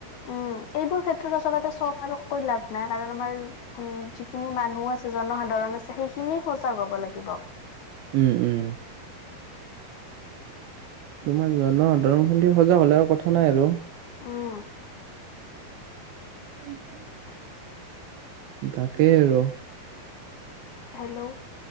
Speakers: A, on the left; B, on the right.
A: উম, এইবোৰ ক্ষেত্ৰত আচলতে চৰকাৰককৈ লাভ নাই। কাৰণ আমাৰ উম, যিখিনি মানুহ আছে জনসাধাৰণ আছে। সেইখিনি সজাগ হব লাগিব।
B: উম উম তোমাৰ জনসাধাৰণ খিনি সজাগ হলে আৰু কথা নাই আৰু,
A: উম
B: <inaudible> তাকেই আৰু
A: হেল্ল'